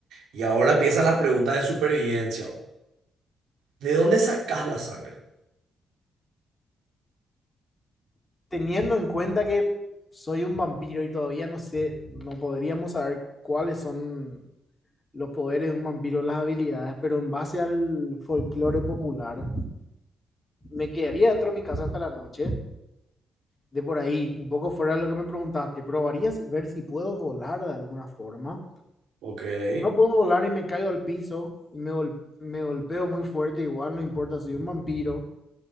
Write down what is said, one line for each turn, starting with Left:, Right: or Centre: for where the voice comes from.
Right: Y ahora empiezan las preguntas de supervivencia. ¿De dónde sacás la sangre?
Left: teniendo en cuenta que soy un vampiro y todavía no sé, no podríamos saber cuáles son los poderes de un vampiro, las habilidades, pero en base al folclore popular, me quedaría dentro de mi casa hasta la noche, de por ahí, un poco fuera de lo que me preguntaste, probaría ver si puedo volar de alguna forma.
Right: Ok. Y
Left: No puedo volar y me caigo al piso y me, gol- me golpeo muy fuerte, igual no importa, soy un vampiro,